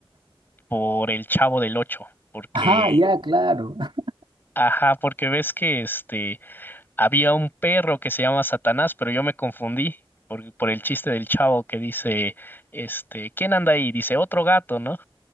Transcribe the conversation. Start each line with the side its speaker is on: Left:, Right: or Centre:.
Left: por el Chavo del Ocho, porque,
Right: Ah, ya, claro. <laughs>
Left: ajá, porque ves que este, había un perro que se llama Satanás, pero yo me confundí por, por el chiste del chavo que dice, este, ¿quién anda ahí? Dice, otro gato, ¿no?